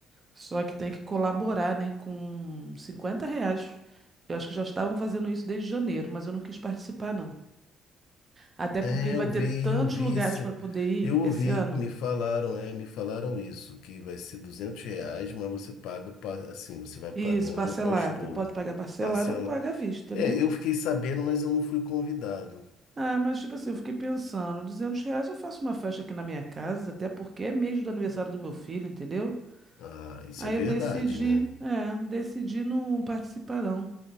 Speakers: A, on the right (about 35°); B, on the left (about 70°).
A: Só que tem que colaborar, né? Com 50 reais. Eu acho que já estavam fazendo isso desde janeiro, mas eu não quis participar, não. Até porque
B: É,
A: vai
B: eu
A: ter
B: vi,
A: tantos
B: eu vi
A: lugares
B: esse,
A: para poder ir
B: eu ouvi,
A: esse ano.
B: me falaram, é, me falaram isso, que vai ser 200 reais, mas você paga, pa- assim, você vai pagando
A: Isso, parcelado.
B: aos poucos.
A: Pode pagar parcelado
B: Parcela.
A: ou paga à vista,
B: É,
A: né?
B: eu fiquei sabendo, mas eu não fui convidado.
A: Ah, mas tipo assim, eu fiquei pensando, 200 reais eu faço uma festa aqui na minha casa, até porque é mês do aniversário do meu filho, entendeu?
B: Ah, isso
A: Aí
B: é verdade,
A: eu decidi,
B: né?
A: é, decidi não participar não.